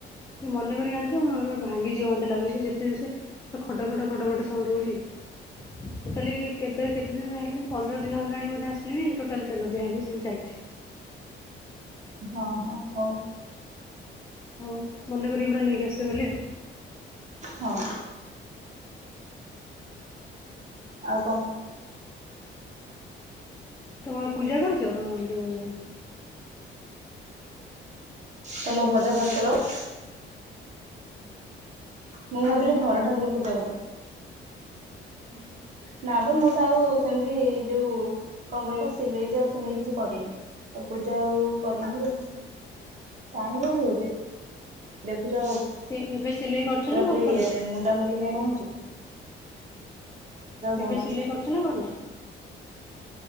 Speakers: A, on the left (about 15°); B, on the right (about 35°).
A: ଟେ ମନେ କରିକି ଆଣିଥିବ, ନହେଲେ ଭାଙ୍ଗି ଯିବ ମତେ ଲାଗୁଛି ଯେତେ ଜୋର ସେ ତ ଖଡ ଖଡ ଖଡ ଖଡ ସାଉଣ୍ଡ ହଉଛି। ଟୋଟାଲି କେବେ କେତେ ଦିନ ହେଲାଣି, ପନ୍ଦର ଦିନ ହେଲାଣି ବୋଧେ ଆସ ଣି ଟୋଟାଲ ଚାଲ ଦେହାନି ସେମିତି ଚାଲିଛି।
B: ହଁ ହଁ ହଉ।
A: ହଉ ମନେ କରିକି ପୁରା ନେଇକି ଆସିବ ଗଲେ ଆଉ।
B: ହଁ ଆଉ କଣ?
A: ତମେ ପୂଜା କରୁଛ ତମ ଯୋଉ?
B: ତମ <unintelligible> ମୁଁ
A: ଆଉ
B: ଭାବିଲି ଘର ଠାକୁର ପୂଜା ବୋଧେ।
A: ହୁଁ ହ
B: ନାପ ମୁଁ ତ ଆଉ ସେମିତି ଯୋଉ କଣ କହିଲ ସିଲେଇ ବି ଆଉ ସେମିତି କିଛି କରିନି। ଆଉ ପୂଜା ଆଉ କରିନି ଆଉ, ଟାଇମ କୋଉଠି ହଉଛି? ଦେଖୁଛ
A: ସେ ଏବେ ସିଲେଇ କରୁଛ
B: ପୁରାପୁରି
A: ନା କରୁନ
B: ମୁଣ୍ଡାମୁଣ୍ଡି ଯାଇ ରହୁଛି। ପହଞ୍ଚୁନି
A: ଏବେ ସିଲେଇ କରୁଛ ନା କରୁନ?